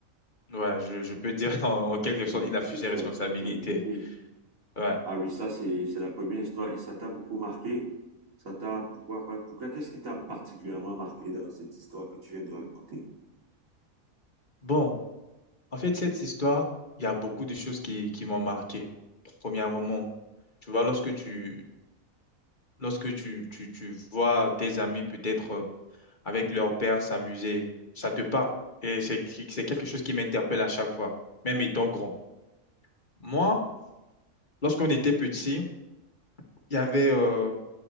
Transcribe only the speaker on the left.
Ouais, je, je peux dire <laughs> en, en quelque sorte,
il
a fui ses responsabilités.
Ouais.
Bon, en fait, cette histoire, il y a beaucoup de choses qui, qui m'ont marqué. Premièrement, tu vois, lorsque tu, lorsque tu, tu, tu vois tes amis peut-être euh, avec leur père s'amuser. Ça te parle. Et c'est, c'est quelque chose qui m'interpelle à chaque fois, même étant grand. Moi, lorsqu'on était petit, il y avait euh,